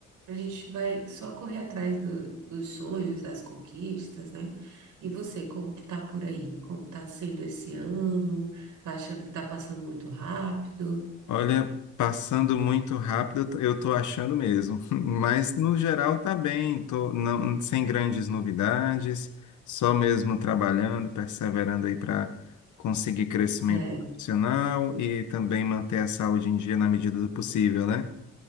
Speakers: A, on the right; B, on the left.
A: a gente vai só correr atrás do- dos sonhos, das conquistas, né? E você, como que tá por aí? Como tá sendo esse ano? Tá achando que tá passando muito rápido?
B: Olha, passando muito rápido, eu tô achando mesmo. <laughs> Mas no geral tá bem, tô não, sem grandes novidades, só mesmo trabalhando, perseverando aí para conseguir crescimento
A: É,
B: profissional e também manter a saúde em dia na medida do possível, né?